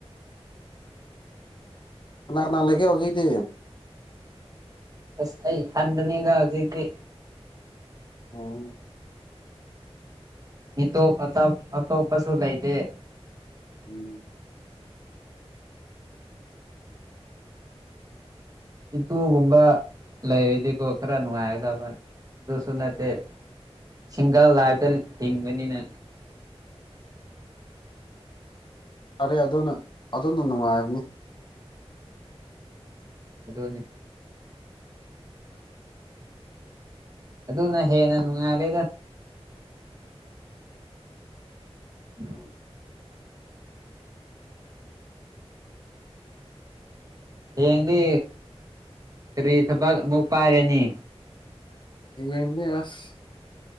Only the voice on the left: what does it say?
ꯀꯅꯥ ꯀꯅꯥ ꯂꯩꯒ‌ꯦ ꯍꯧꯖꯤꯛꯇꯤ
ꯑꯣ
ꯎꯝ
ꯐꯔꯦ ꯑꯗꯨꯅ ꯑꯗꯣꯝꯅ ꯅꯨꯡꯉꯥꯏꯔꯝꯅꯤ
ꯌꯦ ꯀꯗꯤ ꯑꯁ <unintelligible>